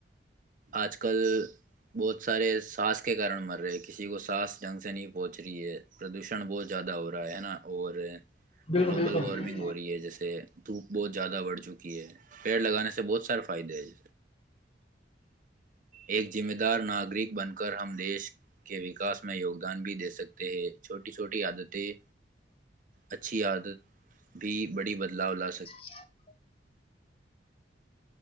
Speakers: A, on the right; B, on the left.
A: آج کل بہت سارے ساس کے کارن مر رہے کسی کو سانس جنگ سے نہیں پہنچ رہی ہے پردوشن بہت زیادہ ہو رہا ہے ہے نا اور
B: بالکل
A: گلوبل
B: بالکل
A: وارمنگ ہو رہی ہے جیسے دھوپ بہت زیادہ بڑھ چکی ہے پیڑ لگانے سے بہت سارے فائدے ہیں ایک ذمہ دار ناگرک بن کر ہم دیش کے وکاس میں یوگدان بھی دے سکتے ہیں چھوٹی چھوٹی عادتیں اچھی عادت بھی بڑی بدلاؤ لا
B: <unintelligible>
A: سک